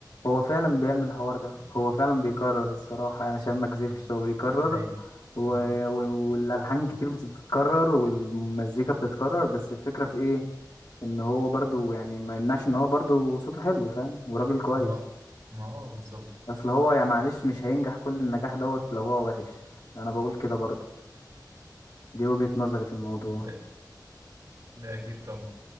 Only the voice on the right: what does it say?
مم.
ايوه
مم.
ما ما هو بالظبط
ده ده اكيد طبعا